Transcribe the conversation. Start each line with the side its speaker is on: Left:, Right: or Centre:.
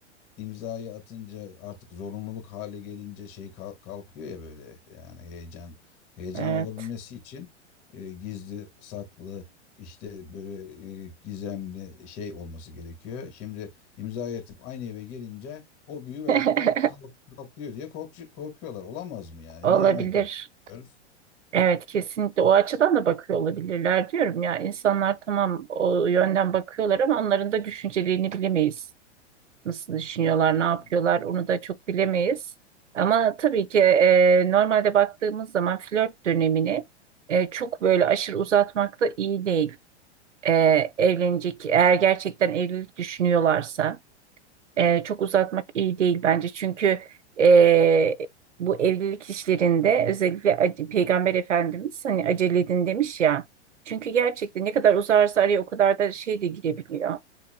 Left: imzayı atınca artık zorunluluk hale gelince şey kal- kalkıyor ya böyle yani heyecan heyecan
Right: Evet.
Left: olabilmesi için e, gizli saklı işte böyle e, gizemli şey olması gerekiyor. Şimdi imzayı atıp aynı eve gelince o büyü belki
Right: <laughs>
Left: kalk, kalk- kalkıyor diye kork- korkuyorlar. Olamaz mı yani?
Right: Olabilir.
Left: Niye hemen kötü? diyoruz?
Right: Evet kesinlikle o açıdan da bakıyor olabilirler diyorum ya. İnsanlar tamam o yönden bakıyorlar ama onların da düşüncelerini bilemeyiz. nasıl düşünüyorlar,
Left: Bilemedim.
Right: ne yapıyorlar onu da çok bilemeyiz. Ama tabii ki e, normalde baktığımız zaman flört dönemini e, çok böyle aşırı uzatmak da iyi değil. E, evlenecek, eğer gerçekten evlilik düşünüyorlarsa e, çok uzatmak iyi değil bence. Çünkü e, bu evlilik işlerinde özellikle ac- Peygamber Efendimiz hani acele edin demiş ya. Çünkü gerçekten ne kadar uzarsa araya o kadar da şey de girebiliyor.